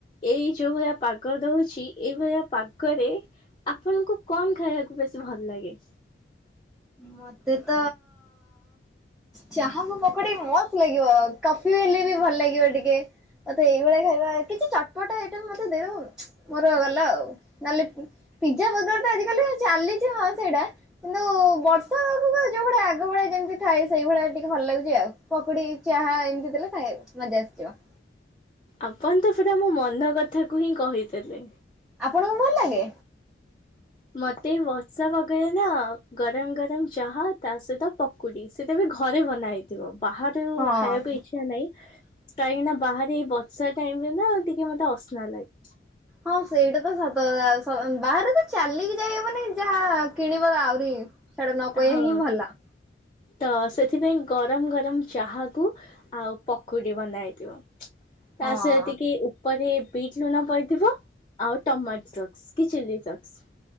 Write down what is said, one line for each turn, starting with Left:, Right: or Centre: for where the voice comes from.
Left: ଏଇ ଯୋଉ ଭଳିଆ ପାଗ ଦଉଛି ଏଇଭଳିଆ ପାଗରେ। ଆପଣଙ୍କୁ କଣ ଖାଇବାକୁ ବେସି ଭଲ ଲାଗେ।
Centre: ମତେ ତ ଚାହାକୁ ପକୁଡି ମସ୍ତ ଲାଗିବ କଫି ହେଲେ ବି ଭଲ ଲାଗିବ ଟିକେ। ମତେ ଏଇଭଳିଆ ଖାଇବା କିଛି ଚଟପଟା ଆଇଟମ ମତେ ଦେଉ ଦବ ମୋର ଗଲା ଆଉ ନହେଲେ ପିଜା ବରଗର ତ ଆଜ କାଲି ଚାଲିଛି ହଁ ସେଇଟା କିନ୍ତୁ ବର୍ଷା ପାଗକୁ ଆଉ ଯୋଉ ଭଳିଆ ଆଗ ଭଳିଆ ଯେମିତି ଥାଏ ସେଇଭଳିଆ ଟିକେ ଭଲ ଲାଗୁଛି ଆଉ ପକୁଡି ଚାହା ଏମିତି ଦେଲେ ଖାଇହେବ। ମଜା ଆସିଯିବ।
Left: ଆପଣ ତ ସେଟା ମୋ ମନ କଥାକୁ ହିଁ କହିଦେଲେ।
Centre: ଆପଣଙ୍କୁ ଭଲ ଲାଗେ।
Left: ମତେଏଁ ବର୍ଷା ପାଗରେ ନା ଗରମ ଗରମ ଚାହା ତା ସହିତ ପ କୁଡି ସେଟା ବି ଘରେ ବନା ହେଇଥିବ ବାହାରୁ
Centre: ହଁ।
Left: ଖାଇବାକୁ ଇଛା ନାହିଁ। କାହିଁକି ନା ବାହାରେ ଏଇ ବର୍ଷା ଟାଇମ ରେ ନା ଟିକେ ମତେ ଅସ୍ନା ଲାଗେ।
Centre: ହଁ ସେଇଟା ତ ସତ କଥା ବାହାରେ ତ ଚାଲିକି ଯାଇହବନି ଯାହା କିଣିବ ଆହୁରି ସେଟା ନକହିବା
Left: ହଁ
Centre: ହିଁ ଭଲ।
Left: ତ ସେଥିପାଇଁ ଗରମ ଗରମ ଚାହାକୁ। ଆଉ ପକୁଡି ବନାହେଇଥିବ ତା
Centre: ହଁ
Left: ସହିତି ଟିକେ ଉଁ ପରେ ବିଟ୍ ଲୁଣ ପଡିଥିବ ଆଉ ଟମାଟୋ ସକ୍ସ କି ଚିଲି ସକ୍ସ।